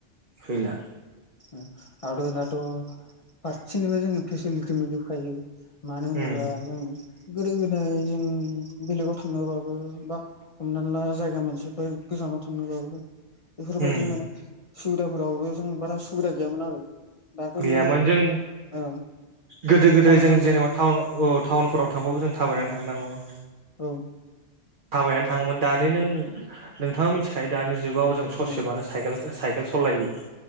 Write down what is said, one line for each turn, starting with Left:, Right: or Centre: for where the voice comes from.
Right: फैला
Left: ओ। आरो नाथ' फारसेनिफाय जोङो फेसिलिटि मोनजोबखायो। मान होनोबा
Right: उम
Left: जों गोदो गोदाय जों बेलेगाव थांनोबाबो बा हमना ला जायगा मोनसिफाय गोजानाव थां थांनोबाबो बेफोरबायदि
Right: उम
Left: माने सुबिदाफोरावबो जों बारा सुबिदा गैयामोन आरो। दाथ'
Right: गैयामोन
Left: नों
Right: जों
Left: ओ
Right: गोदो गोदाय
Left: थाबायनांगौ
Right: जों जेनेबा टाउन औ टाउनफोराव थांबाबो जों थाबायनानै थांनांगौ।
Left: औ।
Right: थाबायनानै थाङोमोन दानि नों नोंथाङा मिथिखायो दानि जुगाव जों ससेबानो
Left: औ
Right: साइकेल साइ केल सलायो।